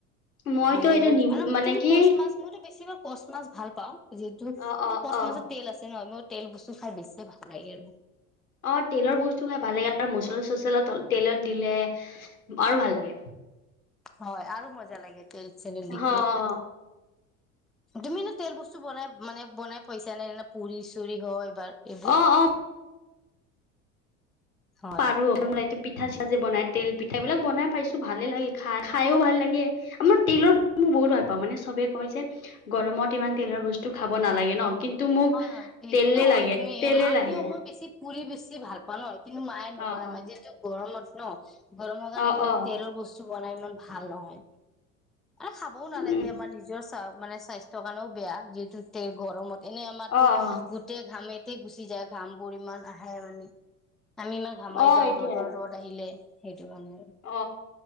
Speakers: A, on the left; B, in the centre.
A: মইতো
B: মানে এইবোৰ
A: এইটো নিম
B: আৰু মই
A: মানে
B: কিন্তু
A: কি
B: কচ মাছ মোৰটো বছি ভাগ - কচ মাছ ভাল পাওঁ যিহেতু
A: অ
B: কিন্তু
A: অ
B: কচ
A: অ
B: মাছত তেল আছে ন, মই - তেল বস্তু খাই বেছি ভাল লাগে আৰু।
A: অ তেলৰ বস্তু খাই ভাল লাগে আৰু মচলা তেলত দিলে আৰু ভাল লাগে।
B: হয় আৰু মজা লাগে তেল - চেল দি
A: অ
B: কেনে
A: অ
B: খাই তুমিনো তেল বস্তু বনাই মানে বনাই পইছা নে এনে পুৰি - চুৰি হয়। বাৰু এইবোৰ।
A: অ অ
B: হয়।
A: পাৰো অকণ এই টিপিত পিঠা - চিঠা যে বনাই তেল পিঠা বিলাক বনাই পাইছো ভালে লাগে খাই, খাইয়ো ভাল লাগে, আমাৰ তেলৰ- বহুত ভাল পাওঁ মানে চবে কয় যে গৰমত ইমান তেলৰ বস্তু খাব নালাগে ন। কিন্তু মোক
B: হয় হয় সেইটোতো
A: তেলে
B: হয়
A: লাগে
B: তুমি
A: তেলে
B: আমিও
A: লাগে
B: মই বেছি ফুৰি বেছি ভাল পা ন কিন্তু মায়ে নবন
A: অ অ
B: মাই যিহেতু গৰমত ন গৰমৰকাৰণে
A: অ
B: এইবোৰ
A: অ
B: তেলৰ বস্তু বনাই ইমান ভাল নহয়। আৰু খাবও নালাগে
A: উম
B: আমাৰ নিজৰ মানে স্বাস্থ্যৰ কাৰণেও বেয়া যিহেতু তে গৰমত এনে আমাৰতো
A: অ অ
B: গোটেই ঘামেতে গুচি যায় ঘাম বোৰ ইমান আহে মানে। আমি ইমাৰ ঘামাই
A: অ
B: যাওঁ
A: এইটোয়ে
B: ৰ'দৰ ৰ'দ আহিলে সেইটো কাৰণে।
A: অ